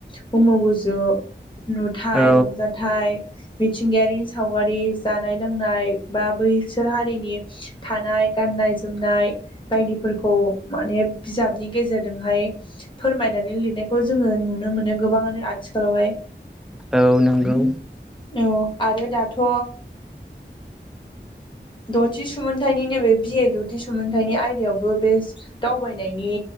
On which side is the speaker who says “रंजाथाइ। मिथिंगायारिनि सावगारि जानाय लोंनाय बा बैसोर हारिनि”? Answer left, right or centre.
Left